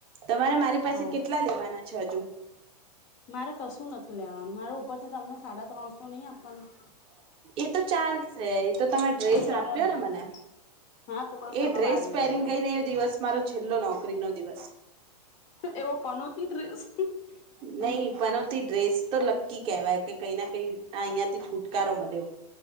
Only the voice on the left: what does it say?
તો
મારે કશું નથી લેવાનું મારો ઉપરથી તમને સાડા ત્રણસો નહી આપવાના
આપવાના
હા તો બસ એમાં
વાળી
લેજો
એવો પનોતી ડ્રેસ
હમ